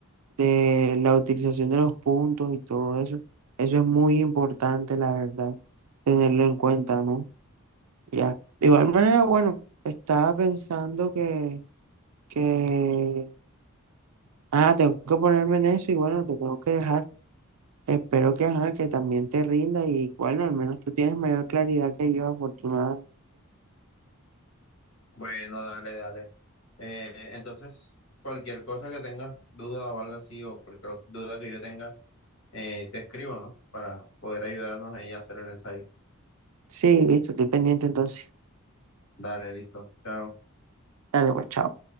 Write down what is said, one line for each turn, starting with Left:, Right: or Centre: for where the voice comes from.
Right: de la utilización de los puntos y todo eso. Eso es muy importante, la verdad, tenerlo en cuenta, ¿no? Ya. De igual manera, bueno, estaba pensando que, que, ah, tengo que ponerme en eso y bueno, te tengo que dejar. Espero que, ajá, que también te rinda y bueno, al menos tú tienes mayor claridad que yo, afortunadamente.
Left: Bueno, dale, dale. Eh, entonces, cualquier cosa que tengas duda o algo así, o cualquier duda que yo tenga, eh, te escribo, ¿no? Para poder ayudarnos ahí a hacer el ensayo.
Right: Sí, listo, estoy pendiente entonces.
Left: Dale, listo. Chao.
Right: Dale, pues, chao.